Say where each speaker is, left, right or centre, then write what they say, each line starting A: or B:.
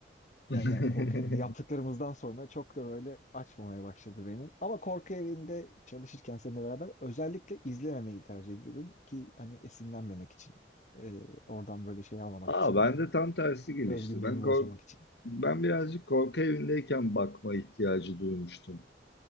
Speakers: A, on the left; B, on the left.
A: <laughs>
B: yani ya, korku evinde yaptıklarımızdan sonra çok da böyle açmamaya başladı beni. Ama korku evinde çalışırken seninle beraber özellikle izlememeyi tercih ediyordum ki hani esinlenmemek için. Ee, oradan böyle şey almamak
A: Aa
B: için
A: ben
B: yani.
A: de tam tersi gelişti.
B: Özgünlüğümü
A: Ben kork
B: bozmamak için.
A: ben birazcık korku evindeyken bakma ihtiyacı duymuştum.